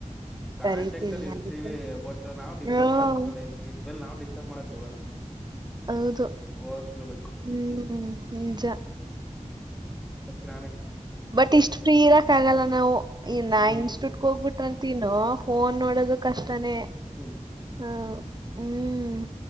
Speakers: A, in the centre; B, on the right.
A: ಕಾಂಟಾಕ್ಟ್
B: ಕರಿತೀವಿ
A: ಅಲ್ಲಿ ಇರ್ತೀವಿ
B: ಅದಕ್ಕೆ
A: ಬಟ್ ನಾವ್ ಡಿಸ್ಟರ್ಬ್
B: ಹ್ಮ್
A: ಮಾಡಕ್ ಹೋಗಲ್ಲನ್ ಇನ್್ಮೇಲೆ ನಾವ್ ಡಿಸ್ಟರ್ಬ್ ಮಾಡಕ್ ಹೋಗಲ್ಲ
B: ಹೌದು
A: ಓದ್ಕೋಬೇಕು
B: ಹ್ಮ್ ನಿಜ
A: ಬಂದಕೆ
B: ಬಟ್ ಇಷ್ಟು ಫ್ರೀ ಇರಕ್ ಆಗಲ್ಲ ನಾವು ಇ ನಾ
A: ಆಮೇಲೆ
B: ಇನ್ಸ್ಟಿಟ್ಯೂಟ್ ಹೋಗ್ಬಿಟ್ರಂತನ ಫೋನ್ ನೋಡೋದು ಕಷ್ಟ ತಾನೆ
A: ಹ್ಮ್
B: ಹ್ಮ ಹ್ಮ್